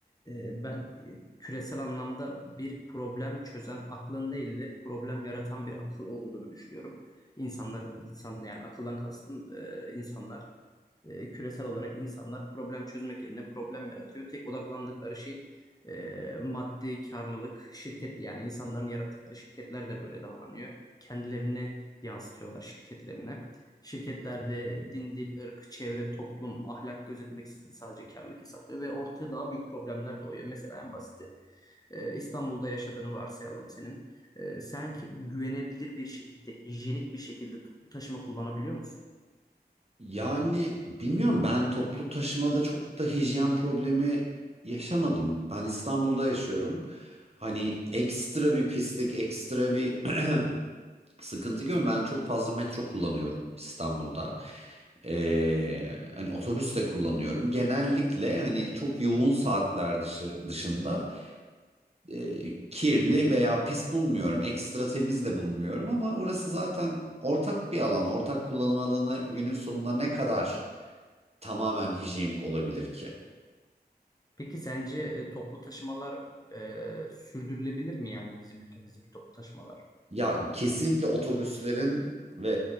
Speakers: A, on the left (about 20°); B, on the right (about 40°).
A: e, ben küresel anlamda bir problem çözen aklın değil de problem yaratan bir akıl olduğunu düşünüyorum. İnsanlar, insan yani akıldan kastım e, insanlar e, küresel olarak insanlar problem çözmek yerine problem yaratıyor. Tek odaklandıkları şey e, maddi karlılık, şirket yani insanların yarattıkları şirketler de böyle davranıyor. Kendilerini yansıtıyorlar şirketlerine. Şirketlerde din, dil, ırk, çevre, toplum, ahlak gözetmeksizin sadece karlılık hesaplıyor ve ortaya daha büyük problemler doğuyor. Mesela en basiti e, İstanbul'da yaşadığını varsayalım senin. E, sen ki- güvenebilir bir şekilde, hijyenik bir şekilde toplu taşıma kullanabiliyor musun?
B: Yani bilmiyorum ben toplu taşımada çok da hijyen problemi yaşamadım. Ben İstanbul'da yaşıyorum. Hani ekstra bir pislik, ekstra bir <clears throat> sıkıntı görüyorum. Ben çok fazla metro kullanıyorum İstanbul'da. Ee, hani otobüs de kullanıyorum. Genellikle hani çok yoğun saatler dışı, dışında e, kirli veya pis bulmuyorum. Ekstra temiz de bulmuyorum ama orası zaten ortak bir alan. Ortak kullanım alanı günün sonunda ne kadar tamamen hijyenik olabilir ki?
A: Peki sence e, toplu taşımalar e, sürdürülebilir mi yani bizim ülkemizdeki toplu taşımalar?
B: Ya kesinlikle otobüslerin ve